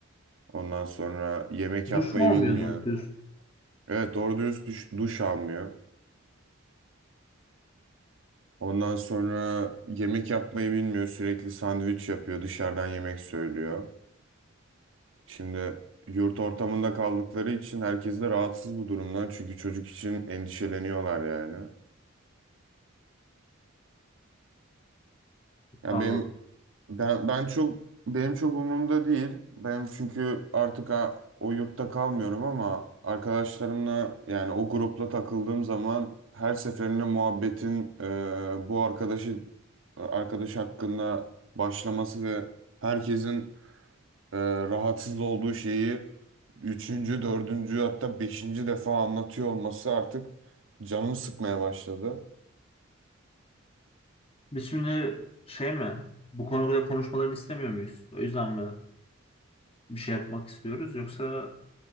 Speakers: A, on the right; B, on the left.
A: Ondan sonra yemek yapmayı
B: Duş mu
A: bilmiyor.
B: olmuyor doğru düz
A: Evet doğru dürüst duş, duş almıyor. Ondan sonra yemek yapmayı bilmiyor. Sürekli sandviç yapıyor. Dışarıdan yemek söylüyor. Şimdi yurt ortamında kaldıkları için herkes de rahatsız bu durumdan. Çünkü çocuk için endişeleniyorlar yani. Ya
B: Allah.
A: benim
B: Allah.
A: ben ben çok benim çok umurumda değil. Ben çünkü artık a- o yurtta kalmıyorum ama arkadaşlarımla yani o grupla takıldığım zaman her seferinde muhabbetin e, bu arkadaşı arkadaş hakkında başlaması ve herkesin e, rahatsız olduğu şeyi üçüncü, dördüncü hatta beşinci defa anlatıyor olması artık canımı sıkmaya başladı.
B: Biz şimdi şey mi? Bu konuda konuşmalarını istemiyor muyuz? O yüzden mi bir şey yapmak istiyoruz? Yoksa